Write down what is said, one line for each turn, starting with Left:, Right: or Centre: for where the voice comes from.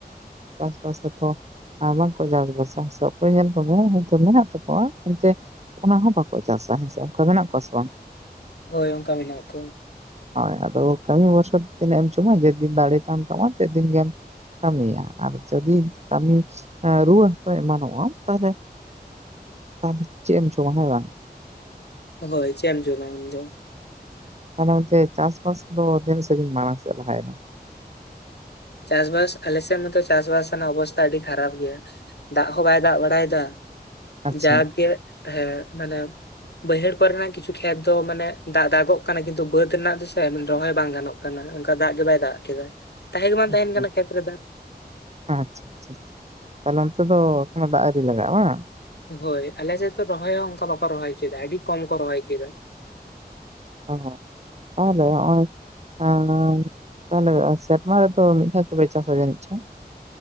Right: ᱪᱟᱥᱼᱵᱟᱥ ᱠᱟᱛᱷᱟ ᱵᱟᱝᱠᱚ ᱪᱟᱥᱼᱵᱟᱥᱟ, ᱥᱮ ᱚᱠᱚᱭ ᱧᱮᱞ <unintelligible> ᱦᱚᱭᱛᱚ ᱢᱮᱱᱟᱜ ᱛᱟᱠᱚᱣᱟ ᱮᱱᱛᱮᱼᱼ ᱚᱱᱟ ᱦᱚᱸ ᱵᱟᱠᱚ ᱪᱟᱥᱟ ᱦᱮᱸ ᱥᱮ ᱚᱱᱠᱟ ᱢᱮᱱᱟᱜ ᱠᱚᱣᱟ ᱥᱮ ᱵᱟᱝ᱾
Left: ᱦᱳᱭ ᱚᱱᱠᱟ ᱢᱮᱱᱟᱜ ᱠᱚᱣᱟ <unintelligible>
Right: ᱦᱳᱭ ᱟᱫᱚ ᱠᱟᱹᱢᱤ ᱵᱚᱨᱥᱟ ᱛᱮ ᱛᱤᱱᱟᱹᱜ ᱮᱢ ᱡᱚᱢᱟ ᱡᱮᱫᱤᱱ ᱫᱟᱲᱮ ᱛᱟᱦᱮᱱ ᱛᱟᱢᱟ ᱛᱮᱫᱤᱱ ᱜᱮᱢᱼᱼ ᱠᱟᱹᱢᱤᱭᱟ ᱟᱨ ᱡᱮᱫᱤᱱ ᱠᱟᱹᱢᱤ ᱨᱩᱣᱟᱹ ᱦᱟᱹᱟᱥᱩ ᱮᱢᱟᱱᱚᱜᱼᱟᱢ ᱛᱟᱦᱮᱞᱮᱼᱼ ᱟᱨ ᱪᱮᱫ ᱮᱢ ᱡᱚᱢᱟ ᱦᱮᱸ ᱵᱟᱝ᱾
Left: ᱦᱳᱭ ᱪᱮᱫ ᱮᱢ ᱡᱚᱢᱟ ᱩᱱᱫᱚ?
Right: ᱛᱟᱦᱚᱞᱮ ᱚᱱᱛᱮ ᱪᱟᱥᱼᱵᱟᱥ ᱫᱚ ᱛᱤᱱᱟᱹᱜ ᱥᱟᱺᱜᱤᱧ ᱢᱟᱲᱟᱝ ᱥᱮᱫ ᱞᱟᱦᱟᱭᱮᱱᱟ?
Left: ᱪᱟᱥᱵᱟᱥ ᱟᱞᱮᱥᱮᱫ ᱢᱟᱛᱚ ᱪᱟᱥᱵᱟᱥ ᱨᱮᱱᱟᱜ ᱚᱵᱚᱥᱛᱟ ᱟᱹᱰᱤ ᱠᱷᱟᱨᱟᱯ ᱜᱮᱭᱟ᱾ ᱫᱟᱜ ᱦᱚᱸ ᱵᱟᱭ ᱫᱟᱜ ᱵᱟᱲᱟᱭᱮᱫᱟ
Right: ᱟᱪᱪᱷᱟ
Left: ᱡᱟᱜᱮ ᱦᱮᱸ ᱢᱟᱱᱮᱼᱼ ᱵᱟᱹᱭᱦᱟᱹᱲ ᱠᱚᱨᱮᱱᱟᱜ ᱠᱤᱪᱷᱩ ᱠᱷᱮᱛ ᱫᱚ ᱢᱟᱱᱮ ᱫᱟᱜ ᱫᱟᱜᱚᱜ ᱠᱟᱱᱟ ᱠᱤᱱᱛᱩ ᱵᱟᱹᱫ ᱨᱮᱱᱟᱜ ᱫᱚᱥᱮ ᱨᱚᱦᱚᱭ ᱵᱟᱝ ᱜᱟᱱᱚᱜ ᱠᱟᱱᱟ᱾ ᱠᱟᱱᱟ ᱚᱱᱠᱟ ᱫᱟᱜ ᱜᱮ ᱵᱟᱭ ᱫᱟᱜ ᱠᱮᱫᱟ᱾ᱛᱟᱦᱮᱸ ᱜᱮ ᱵᱟᱝ
Right: ᱟᱪᱪᱷᱟ
Left: ᱛᱟᱦᱮᱱ ᱠᱟᱱᱟ ᱠᱷᱮᱛ ᱨᱮ ᱫᱟᱜ᱾
Right: ᱟᱪᱪᱷᱟ ᱪᱷᱟ ᱪᱷᱟ ᱛᱟᱦᱚᱞᱮ ᱚᱱᱛᱮ ᱫᱚ ᱮᱠᱚᱱᱚ ᱫᱟᱜ ᱟᱣᱨᱤ ᱞᱟᱜᱟᱜᱼᱟ ᱵᱟᱝ?
Left: ᱦᱳᱭ ᱟᱞᱮ ᱥᱮᱫ ᱨᱚᱦᱚᱭ ᱦᱚᱸ ᱚᱱᱠᱟ ᱵᱟᱠᱚ ᱨᱚᱦᱚᱭ ᱦᱚᱪᱚᱭᱮᱫᱟ᱾ᱟᱹᱰᱤ ᱠᱚᱢ ᱠᱚ ᱨᱚᱦᱚᱭᱠᱮᱫᱟ᱾
Right: ᱦᱚᱸ ᱦᱚᱸ ᱛᱟᱦᱚᱞᱮ <unintelligible> <unintelligible> ᱛᱟᱦᱚᱞᱮ ᱥᱮᱨᱢᱟ ᱨᱮ ᱫᱚ ᱢᱤᱫᱷᱟ ᱜᱮ ᱯᱮ ᱪᱟᱥᱟ ᱡᱟ. ᱱᱤᱪᱚᱝ?